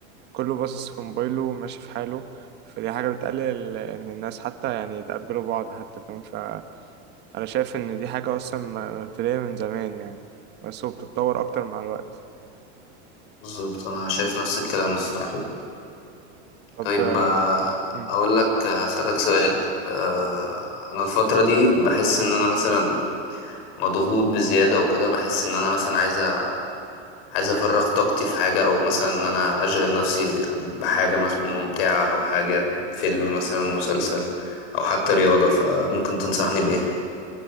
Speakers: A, on the right (about 30°); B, on the left (about 60°).
A: كله باصص في موبايله وماشي في حاله فدي حاجه بتقلل ان الناس حتى يعني يتقبلوا بعض حتى فاهم ف انا شايف ان دي حاجة اصلا م- مبتدئية من زمان يعني بس هو بتتطور اكتر مع الوقت
B: بالظبط انا شايف نفس الكلام الصراحة
A: طب
B: طيب
A: آه،
B: آه،
A: مم.
B: اقول لك آه، هسألك سؤال آه، انا الفترة دي بحس ان انا مثلا مضغوط بزيادة وكده بحس ان انا مثلا عايز أ- عايز افرغ طاقتي في حاجة او مثلا ان انا اشغل نفسي بحاجة مثلا ممتعة او حاجة فيلم مثلا مسلسل او حتى رياضة فممكن تنصحني بايه